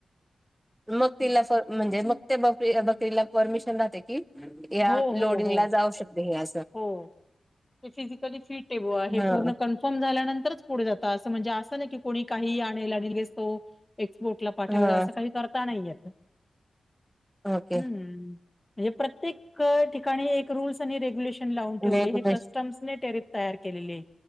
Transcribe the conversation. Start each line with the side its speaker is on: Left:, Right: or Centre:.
Centre: मग तिला म्हणजे मग ते बकरी बकरीला परमिशन राहते की हि यात
Left: हो हो
Centre: लोडिंग
Left: हो
Centre: ला जाऊ शकते ह्यात.
Left: हो ती फिजिकली फिट आहे
Centre: हा
Left: पूर्ण कन्फर्म झाल्यानंतरच पुढे जात असं म्हणजे असं नाही की कोणी काही आणेल आणि लगेच तो. एक्सपोटला पाठवला
Centre: हा
Left: असं काही करता नाहीयेत हम्म.
Centre: ओके
Left: म्हणजे प्रत्येक ठिकाणी एक रूल्स आणि रेगुलेशन लावुन ठेवले
Centre: लय
Left: हे
Centre: गुड आहे
Left: कस्टम्स ने ट्रॅरेट तयार केलेले.